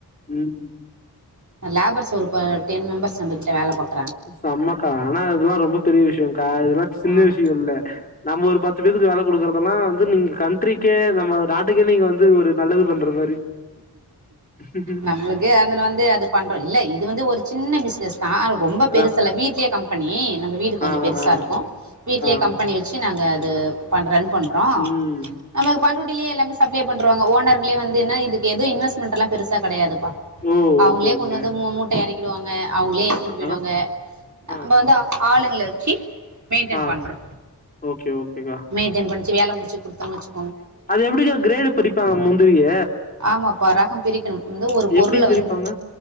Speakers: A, on the left; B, on the right.
A: ம்
B: லேபர்ஸ் ஒரு டென் மெம்பெர்ஸ் நம்மகிட்ட வேல பாக்
A: செம்மக்கா ஆனா அதெல்லா ரொம்ப பெரிய விஷ்யோங்கா இதெல்லா சின்ன
B: ஆமா
A: விஷ்யோ இல்ல நம்ம ஒரு பத்து பேருத்துக்கு வேல குடுக்கறதெல்லா வந்து நீங்க கண்ட்ரிக்கே நம்ம நாட்டுக்கே நீங்க வந்து ஒரு நல்லது பண்ற மாரி ம்.
B: நம்மளுக்கு அதன வந்து அது பண்றோ இல்ல இது வந்து ஒரு சின்ன பிஸ்னஸ் நான் ரொம்ப பெருசல்ல
A: ஆ
B: வீட்லியே கம் பண்ணி நம் வீடுக்கு கொஞ்சோ
A: ஆ
B: பெருசா
A: ஆ
B: இருக்கு வீட்லேயே
A: ஆ
B: கம்பெனி வச்சி எ நாங்க அது பண்ரெண் பண்றோ
A: ம்
B: நம்ம பண்ரூ டிலே எல்லாமே சப்ளே பண்றுவாங்க ஒன் னர்களே வந்து என்ன இது து இன்வெஷ்மெண்டலா பெருசா கெடையாது
A: ஓ
B: அவங்களே
A: ஓகே ஓகே
B: கொண்டு வந்து மு மூட்ட எறக் கிடுவாங்க அவுங்களே ஏத்தின்னு
A: ஆ
B: போயிடுவாங்க
A: ஆ
B: நம்ப வந்து ஆளுங்கள வச்சி மெயின்டென்
A: ஆ
B: பண்றோ
A: ஓகே ஓகேக்கா
B: மெயின்டென் பண் சே வேலை முடிச்சு குடுத்தனுச்சி
A: அது எப்பிடிக்கா கிரேடு பிரிப்பாங்க முந்திரிய
B: ஆமாப்பா ரகோ பிரிக்கணு வந்து ஒரு பொருள்
A: எப்டி பிரிப்பாங்க
B: வந்து